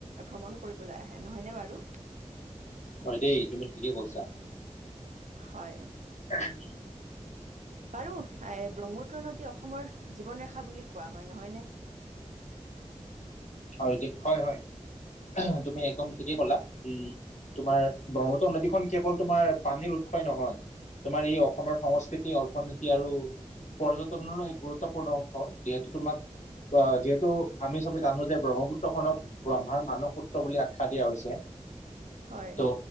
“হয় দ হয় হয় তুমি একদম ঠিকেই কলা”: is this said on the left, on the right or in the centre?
Left